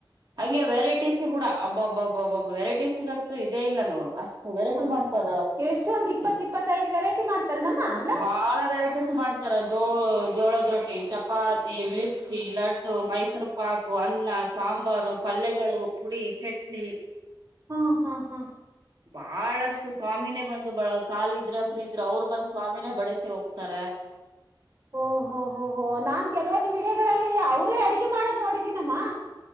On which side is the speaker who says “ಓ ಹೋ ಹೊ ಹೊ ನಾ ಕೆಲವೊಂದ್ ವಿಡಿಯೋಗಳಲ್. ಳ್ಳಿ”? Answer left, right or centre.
Right